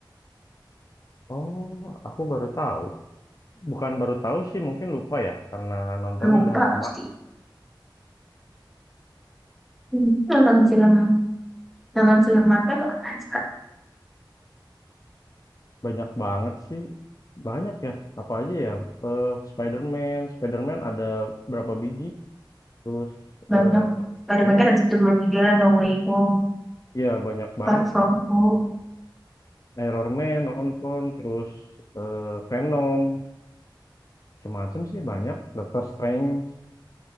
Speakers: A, on the left (about 45°); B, in the centre.
A: Oh, aku baru tahu. Bukan baru tahu sih, mungkin lupa ya karena nontonnya
B: lupa
A: udah lama.
B: pasti Hmm, nonton film nonton film Marvel aja
A: Banyak banget sih. Banyak ya, apa aja ya? Eh, Spider-Man, Spider-Man ada berapa biji? Terus
B: banyak
A: eh,
B: Spider-Man
A: oh,
B: kan
A: oh,
B: ada satu dua tiga No Way Home
A: ya banyak banget.
B: Far From Home
A: Iron Man nonton terus eh, Venom macam-macam sih banyak Doctor Strange